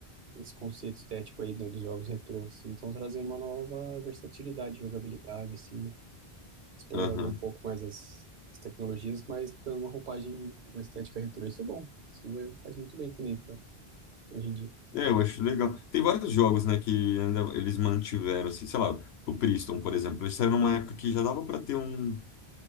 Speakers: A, on the right; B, on the left.
A: esse conceito estético aí do- dos jogos retrô, assim, estão trazendo uma nova versatilidade, jogabilidade, assim, né? explorando
B: Aham.
A: um pouco mais as, as tecnologias, mas dando uma roupagem, uma estética retrô. Isso é bom. Isso é- faz muito bem também para hoje em dia.
B: É, eu acho legal. Tem vários jogos, né, que ainda eles mantiveram, assim, sei lá, o Priston, por exemplo, ele saiu numa época que já dava pra ter um...